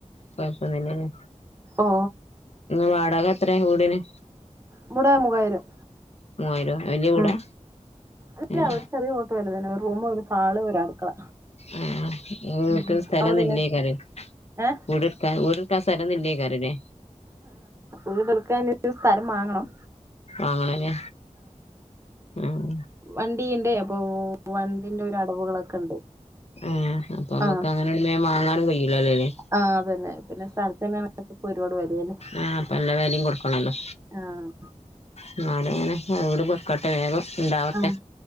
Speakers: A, on the left; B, on the right.
A: കൊഴപ്പൊന്നുല്ലല്ലേ
B: ഓ
A: വാടക എത്രയാ വീടിന്.
B: ഇവടെ മൂവായിരം
A: മൂവായിരോ വല്യ വീടാ
B: ഉം അല്ല
A: ഉം
B: ഇവടെ ചെറിയ വലുത് തന്നെ ഒരു റൂമ് ഒരു ഹാള് ഒരു അടുക്കള
A: ആഹ് നിങ്ങക്ക്
B: ഉം.
A: സ്ഥലം
B: അവിടെയോ
A: ഒന്നീല്ലേ കരേ
B: ഏഹ്
A: വീട് എടുക്കാന് വീട് നിങ്ങക്ക് സ്ഥലം ഒന്നൂല്ലേ കരേല്
B: വീട് എടുക്കാനായിട്ട് ഒരു സ്ഥലം വാങ്ങണം
A: വാങ്ങണല്ലേ ആഹ്
B: വണ്ടി ഇണ്ട് അപ്പൊ വണ്ടീന്റെ ഒരു അടവുകളൊക്കെ ഉണ്ട്.
A: ആഹ് അപ്പൊ നമ്മുക്ക്
B: ആ
A: അങ്ങനെ വാങ്ങാനും കഴയില്ലല്ലോ അല്ലേ
B: ആഹ് അതന്നെ പിന്നെ സ്ഥലത്തിനന്നെ ഇപ്പോ ഒരുപാട് വിലയല്ലേ
A: ആഹ് അപ്പ നല്ല വെലിം കൊടുക്കണല്ലോ
B: ആഹ്
A: എന്നാലും ഇങ്ങനെ വീട് വെക്കട്ടെ വേഗം ഉണ്ടാവട്ടെ
B: ആഹ്